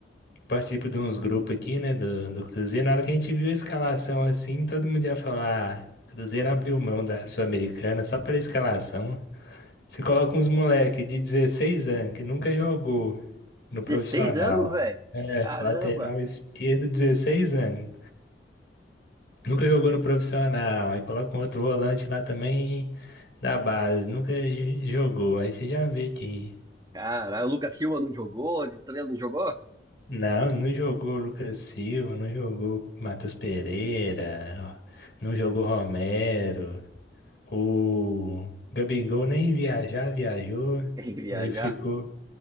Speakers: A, on the left; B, on the right.
A: participo de uns grupos aqui, né, do, do Cruzeiro. Na hora que a gente viu a escalação assim, todo mundo ia falar: "Ah, Cruzeiro abriu mão da Sul-Americana só pela escalação. Você coloca uns moleque de 16 anos que nunca jogou no
B: 16
A: profissional.
B: anos, velho.
A: É,
B: Caramba.
A: lateral esquerdo, 16 anos. Nunca jogou no profissional. Aí coloca um outro volante lá também da base. Nunca j- jogou. Aí você já vê que
B: Caralho, o Lucas Silva não jogou? O Vitória não jogou?
A: Não, não jogou Lucas Silva, não jogou Matheus Pereira, não jogou Romero. O Gabigol nem viajar, viajou.
B: <laughs> Quem viajar?
A: Ele ficou,